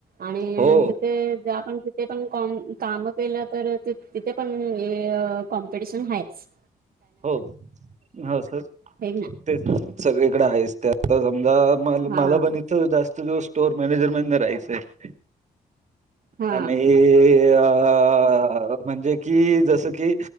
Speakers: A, on the right; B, on the right.
A: आणि
B: हो
A: जिथे ज्या पण ते पण काम काम केलं तर तिथे पण कॉम्पिटिशन आहेच.
B: हो हो सर.
A: हे ना
B: तेच सगळीकडे आहेच ते आता समजा म
A: हा
B: मला पण
A: हा
B: ईथ त जास्त दिवस स्टोर मॅनेजर म्हणे राहायचंय
A: हा
B: आणि हे अ म्हणजे की जस की